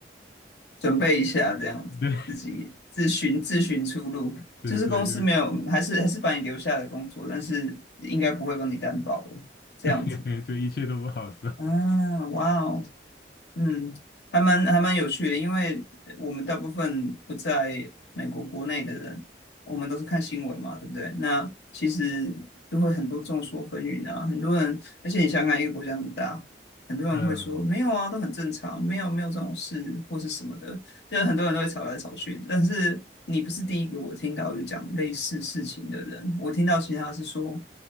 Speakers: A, on the left (about 70°); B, on the left (about 55°).
A: 准备一下，这样子自己自寻自寻出路。
B: 对，<laughs> 对对，
A: 就是公司没有，还是还是把你留下来工作，但是应该不会帮你担保的，这样子。
B: 对 <laughs> 对，一切都不好说。
A: 啊，哇哦，嗯，还蛮还蛮有趣的，因为我们大部分不在美国国内的人，我们都是看新闻嘛，对不对？那其实就会很多众说纷纭啊，很多人，而且你想想看一个国家那么大，很多人会说没有啊，
B: 嗯，
A: 都很正常，没有没有这种事或是什么的，就是很多人都会吵来吵去。但是你不是第一个我听到有讲类似事情的人，我听到其他是说，